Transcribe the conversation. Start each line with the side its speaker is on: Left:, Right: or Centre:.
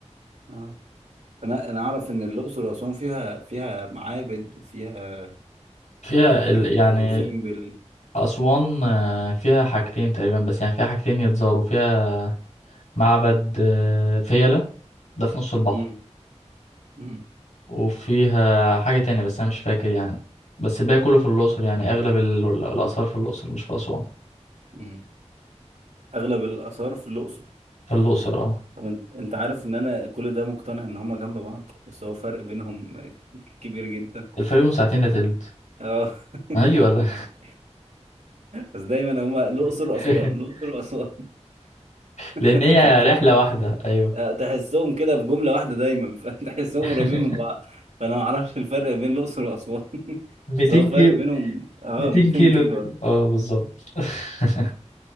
Right: اه انا انا اعرف ان الاقصر واسوان فيها فيها معابد وفيها
Left: فيها
Right: فيها
Left: ال... يعني
Right: ابو سمبل
Left: أسوان آه، فيها حاجتين تقريبا بس يعني فيها حاجتين يتزاروا فيها معبد آه، فيلة ده في نص البحر
Right: امم امم
Left: وفيها حاجة تانية بس أنا مش فاكر يعني بس الباقي كله في الأقصر يعني أغلب ال- الآثار في الأقصر مش في أسوان
Right: امم اغلب الاثار في الاقصر
Left: في الأقصر اه
Right: طب انت أنت عارف ان انا كل ده مقتنع ان هما جنب بعض بس هو فرق بينهم <laughs> كبير جدا
Left: الفرق بينهم ساعتين لا تلت
Right: اه
Left: ايوه ولا
Right: <laughs> بس دايما هما الاقصر
Left: <laughs>
Right: واسوان الاقصر واسوان
Left: لان
Right: انت
Left: هي
Right: هتقول-
Left: رحله واحده ايوه
Right: تحسهم كده في جملة واحدة دايما فتحسهم
Left: <laughs>
Right: <laughs> قريبين من بعض فانا ما اعرفش الفرق بين الاقصر واسوان <laughs>
Left: 200
Right: بس هو فرق
Left: كيلو
Right: بينهم اه
Left: 200
Right: 200
Left: كيلو
Right: كيلو
Left: دول
Right: ولا
Left: اه بالظبط <laughs>